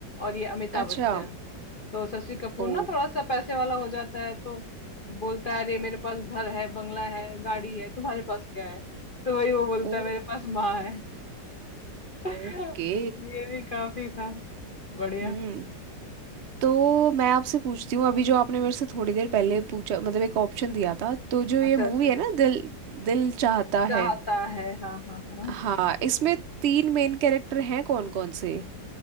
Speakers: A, on the left (about 40°); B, on the right (about 80°).
A: और ये अमिताभ
B: अच्छा
A: बच्चन तो शशि कपूर
B: ओ
A: ना थोड़ा सा पैसे वाला हो जाता है तो बोलता है अरे मेरे पास घर है बंगला है गाड़ी है तुम्हारे पास क्या है तो वही वो बोलता
B: ओ
A: है मेरे पास माँ है <laughs>
B: ओके
A: ये भी काफी था बढ़िया
B: हम्म तो मैं आपसे पूछती हूँ अभी जो आपने मेरे से थोड़ी देर पहले पूछा मतलब एक ऑप्शन दिया था तो जो ये
A: अच्छा
B: मूवी
A: अच्छा
B: है ना दिल दिल चाहता
A: चाहता
B: है
A: है हाँ हाँ हाँ
B: हाँ इसमें तीन मेन कैरेक्टर हैं कौन कौन से